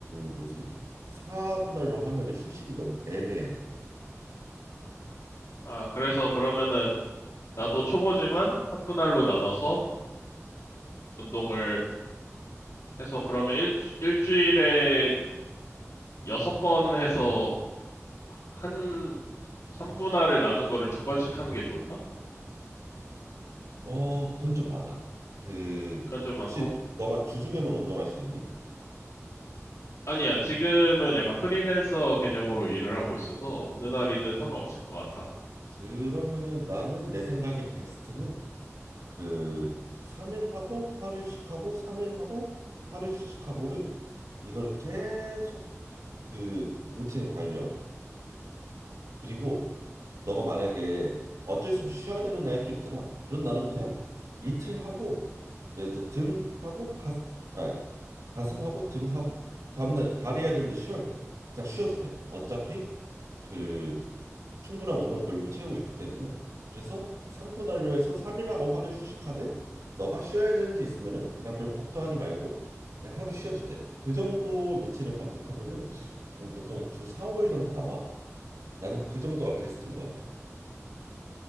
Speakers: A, on the right; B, on the left.
A: 뭐지? 4분할로 하면은 휴식이 너무 애매해 좀.
B: 아, 그래서 그러면은 나도 초보지만 3분할로 나눠서 운동을 해서 그러면 일, 일주일에 6번 해서 한 3분할을 나눈 거를 두 번씩 하는 게 좋을까?
A: 어, 그건 좀 많아. 그
B: 그건 좀 많고.
A: 혹시 너가 주중에만 운동할 수 있니?
B: 아니야, 지금은 약간 프리랜서 개념으로 일을 하고 있어서 어느 날이든
A: 응.
B: 상관없을 것 같아.
A: 그러면은 나는 내 생각에 베스트는 그 3일 하고 하루 휴식하고 3일 하고 하루 휴식하고를 이거를 계속 그 루틴에 달려. 그리고 너가 만약에 어쩔 수 없이 쉬어야 되는 날들 있잖아. 그런 날은 그냥 이틀 하고 예를 들어 등 하고 가슴 아 가슴 하고 등 하고 다음날 다리 해야 되는데 쉬어야 돼. 그냥 쉬어도 돼. 어차피 그 충분한 운동 볼륨을 채우고 있기 때문에 그래서 3분 할로해서 3일 하고 하루 휴식하되 너가 쉬어야 되는 일 있으면은 그냥 별로 걱정하지 말고 그냥 하루 쉬어도 돼. 그 정도 루틴을 반복하면은 한 보통 주 4, 5일 정도 나와. 나는 그 정도가 베스트인 것 같아.